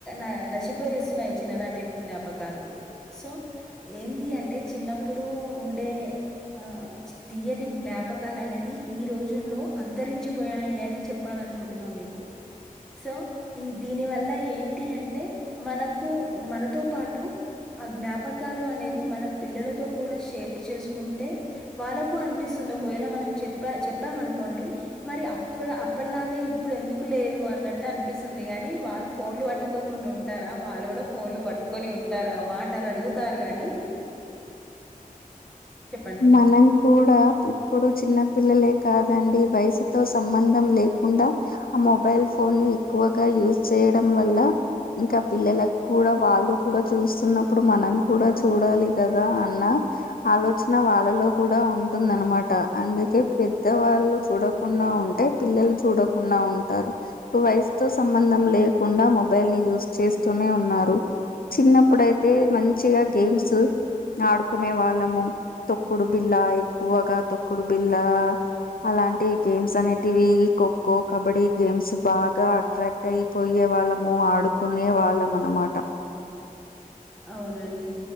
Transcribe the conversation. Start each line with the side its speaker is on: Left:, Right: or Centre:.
Centre: ఆ నశింపజేస్తున్నాయి చిన్ననాటి జ్ఞాపకాలు సో ఏంది అంటే చిన్నప్పుడు ఉండే ఆ తీయటి జ్ఞాపకాలనేది ఈ రోజుల్లో అంతరించిపోయాయి అని చెప్ చెప్పాలనుకుంటున్నా మీకు సో ఈ దీని వల్ల ఏంటి అంటే మనకు మనతో పాటు ఆ జ్ఞాపకాలు అనేది మన పిల్లలతో కూడా షేర్ చేసుకుంటే వాళ్ళకు అనిపిస్తుంది ఒకవేళ మనం చెప్పా చెప్పామనుకోండి మరి అప్పుడు అప్పటిలాగా ఇప్పుడెన్దుకు లేదు అన్నట్టనిపిస్తుంది గాని వాళ్ళు ఫోన్లు పట్టుకో ఉండి ఉంటారా వాళ్ళు కూడా ఫోన్లు పట్టుకొని ఉంటారు ఆ మాట అలా అడుగుతారు గాని చెప్పండి.
Left: మనం కూడా ఇప్పుడు చిన్న పిల్లలే కాదండి వయసుతో సంబంధం లేకుండా ఆ మొబైల్ ఫోన్ని ఎక్కువగా యూజ్ చేయడం వల్ల ఇంకా పిల్లలకు కూడా వాళ్ళు కూడా చూస్తున్నప్పుడు మనం కూడా చూడాలి కదా అన్న ఆలోచ వచ్చిన వాళ్ళలో కూడా ఉంటుందనమాట అందుకే పెద్ద వాళ్ళు చూడకుండా ఉంటే పిల్లలు చూడకుండా ఉంటారు ఇప్పుడు వయస్తో సంబంధం లేకుండా మొబైల్ని యూజ్ చేస్తూనే ఉన్నారు చిన్నప్పుడయితే మంచిగా గేమ్స్ ఆడుకునే వాళ్ళము తొక్కుడు బిల్లా ఎక్కువగా తొక్కుడు బిల్లా అలాంటి గేమ్స్ అనేటివి ఖోఖో కబడ్డీ గేమ్స్ బాగా అట్రాక్ట్ అయి పోయే వాళ్ళము ఆడుకునే వాళ్ళమనమాట
Centre: అవునండి